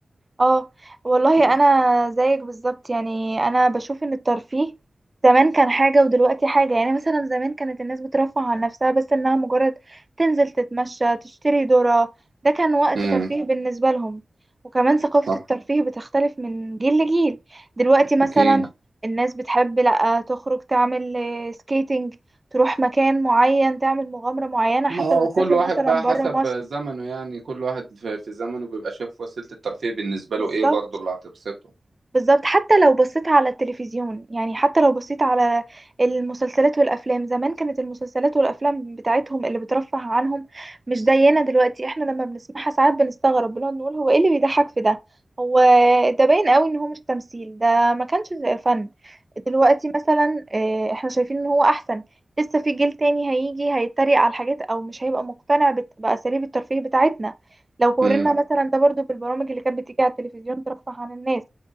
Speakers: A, on the right; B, on the right.
A: اه والله
B: مم.
A: انا زيك بالظبط يعني انا بشوف ان الترفيه زمان كان حاجة ودلوقتي حاجة يعني مثلا زمان كانت الناس بترفه عن نفسها بس انها مجرد تنزل تتمشى تشتري ذرة ده كان وقت
B: مم.
A: ترفيه بالنسبة لهم وكمان ثقافة
B: صح
A: الترفيه بتختلف من جيل لجيل دلوقتي مثلا
B: اكيد
A: الناس بتحب لا تخرج تعمل آه، سكيتنج تروح مكان معين تعمل مغامرة معينة حتى
B: ما هو
A: لو هتسافر
B: كل واحد
A: مثلا
B: بقى
A: برا
B: حسب
A: مصر
B: زمنه يعني كل واحد في في زمنه بيبقى شايف وسيلة الترفيه بالنسبة
A: بالظبط
B: له ايه برضه اللي هتبسطه
A: بالظبط حتى لو بصيت على التلفزيون يعني حتى لو بصيت على المسلسلات والافلام زمان كانت المسلسلات والافلام بتاعتهم اللي بترفه عنهم مش زينا دلوقتي احنا لما بنسمعها ساعات بنستغرب بنقعد نقول هو ايه اللي بيضحك في ده هو ده باين قوي ان هو مش تمثيل ده ما كانش فن دلوقتي مثلا آه، احنا شايفين ان هو احسن لسه في جيل تاني هيجي هيتريق على الحاجات او مش هيبقى مقتنع بت- باساليب الترفيه بتاعتنا لو قارنا
B: امم
A: مثلا ده برضو بالبرامج اللي كانت بتيجي على التلفزيون ترفه عن الناس